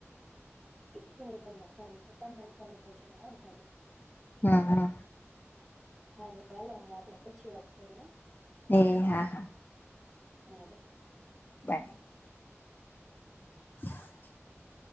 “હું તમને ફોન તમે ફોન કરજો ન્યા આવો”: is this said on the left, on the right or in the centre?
Centre